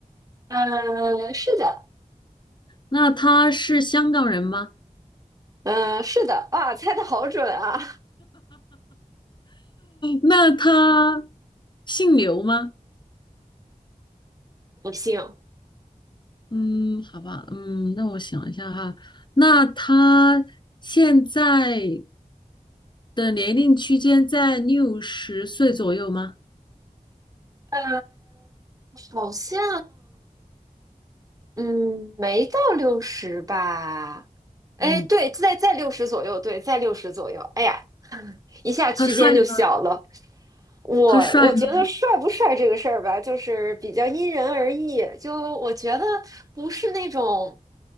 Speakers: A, on the right; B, on the left.
A: 呃，是的，
B: 那他是香港人吗？
A: 嗯、是的，哇，猜的好准啊！
B: 那他姓刘吗？
A: 不信，
B: 嗯，好吧，嗯，那我想一下哈，那他现在的年龄区间在六十岁左右吗？
A: 呃，好像，嗯，没到六十吧？哎，
B: 嗯，
A: 对，在在六十左右，对，在六十左右。哎呀，一下区间就小了。
B: 他帅吗？
A: 我我觉得帅不帅这个事儿吧，
B: 他帅吗？
A: 就是比较因人而异。就我觉得不是那种，